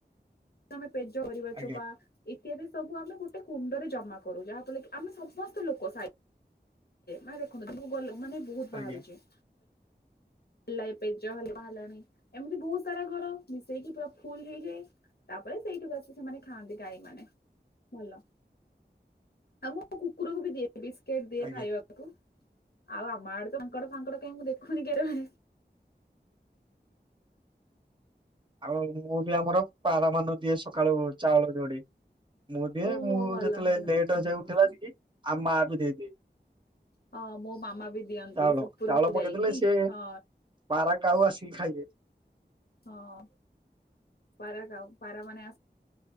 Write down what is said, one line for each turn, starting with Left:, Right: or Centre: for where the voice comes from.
Left: ତମେ ପେଜ ପରିବା
Right: ଆଜ୍ଞା
Left: ଚୋପା ଇତ୍ୟାଦି ସବୁ ଆମେ ଗୋଟେ କୁଣ୍ଡରେ ଜମା କରୁ ଯାହାଫଳରେ କି ଆମେ ସମସ୍ତ ଲୋକ ଶାଇ ମାନେ ଦେଖନ୍ତୁ ତ ମୁଁ ଗ ମାନେ ବହୁତ
Right: ଆଜ୍ଞା
Left: ବାହାରୁଛି ହେଲ ପେଜ ହେଲେ ବାହାରିଲାଣି ଏମିତି ବହୁତ ସାରା ଘର ମିଶେଇକି ପୁରା ଫୁଲ ହେଇକି ତାପରେ ସେଇଠକୁ ଆସି ସେମାନେ ଖାଆନ୍ତି ଗାଈ ମାନେ ଭଲ। ଆଉ ମୁ କୁକୁର କୁ ବିି ଦିଏ ବିସ୍କୁଟ ଦିଏ
Right: ଆଜ୍ଞା।
Left: ଖାଇବାକୁ ଆଉ ଆମ ଆଡେ ତ ମାଙ୍କଡ ଫାଙ୍କଡ କାହିଁ ମୁଁ ଦେଖୁନି କେବେ।
Right: ଆଉ ମୁଁ ବି ଆମର ପାରା ମାନ ଦିଏ ସକାଳୁ ଚାଉଳ ଯୋଡି ମୁଁ ଦିଏ
Left: ଓହୋ
Right: ମୁଁ
Left: ଭଲ
Right: ଯେତେଳେ
Left: ଭଲ
Right: ଲେଟ୍
Left: ହଁ।
Right: ଯାଇ ଉଠିଲା ଅସିକି ଆଉ ମୋ ମା ବି ଦେଇଦିଏ।
Left: ହଁ ମୋ ମାମା ବି ଦିଅନ୍ତି
Right: ଚାଉଳ।
Left: ସୁପୁରକୁ
Right: ଚାଉଳ ପକେଇଦେଲେ
Left: ଯାଇକି
Right: ସିଏ
Left: ହଁ।
Right: ପାରା କାଉ ଆସିକି ଖାଇବେ।
Left: ହଁ। ପାରା କାଉ ପାରା ମାନେ ଆସ